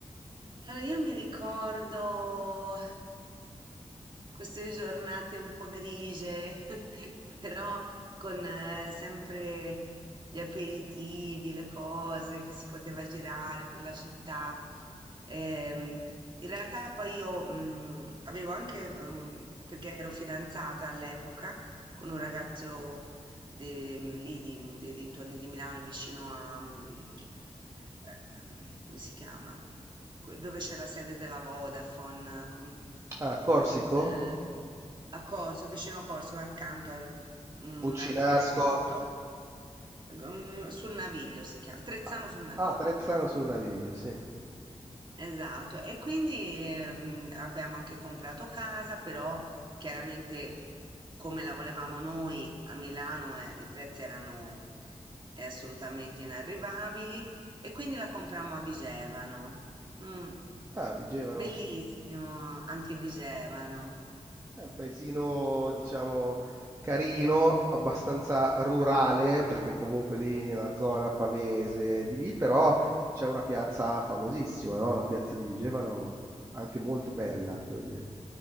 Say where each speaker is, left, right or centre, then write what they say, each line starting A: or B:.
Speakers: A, on the right; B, on the right.
A: Allora, io mi ricordo queste giornate un po' grigie, <laughs> però con eh, sempre gli aperitivi, le cose che si poteva girare per la città. Ehm, in realtà poi io mh, avevo anche, ehm, perché ero fidanzata all'epoca con un ragazzo de- mm, lì di- dei dintorni di Milano, vicino a, mm, ehm, come si chiama? que- dove c'è la sede della Vodafone, eh, com-
B: Ah, Corsico?
A: eh, a Corso, vicino a Corso, accanto a un
B: Buccinasco?
A: altro paesetto, eh, un- sul Naviglio si chiama, Trezzano
B: Ah,
A: sul Naviglio.
B: ah, Trezzano sul Naviglio, sì.
A: Esatto, e quindi ehm, abbiamo anche comprato casa, però chiaramente come la volevamo noi a Milano eh, i prezzi erano eh, assolutamente inarrivabili e quindi la comprammo a Vigevano. Mm.
B: Ah, Vigevano.
A: Bellissimo anche Vigevano.
B: È un paesino, diciamo, carino, abbastanza rurale, perché comunque lì è una zona pavese di lì, però c'è una piazza famosissima, no? La piazza di Vigevano, anche molto bella, devo dire.